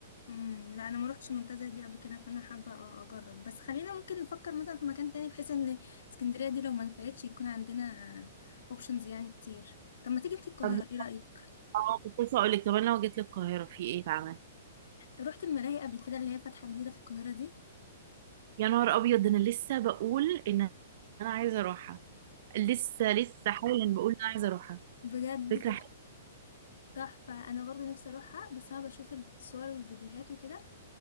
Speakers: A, on the left; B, on the right.
A: امم لا انا ما روحتش المنتزه دي قبل كده فانا حابه أ- اجرب بس خلينا ممكن نفكر مثلا في مكان تاني بحيث ان اسكندريه دي لو ما نفعتش يكون عندنا اوبشنز يعني كتير طب ما تيجي انتي القاهره
B: طب
A: ايه رايك
B: اه كنت لسه اقول لك طب انا لو جيت للقاهره في ايه اتعمل
A: رحت الملاهي قبل كده اللي هي فاتحه جديده في القاهره دي
B: يا نهار ابيض ده انا لسه بقول ان انا عايزه اروحها لسه لسه حالا بقول ان انا عايزه اروحها
A: بجد
B: فكره
A: تحفه تحفه انا برضو نفسي اروحها بس انا بشوف الصور والفيديوهات وكده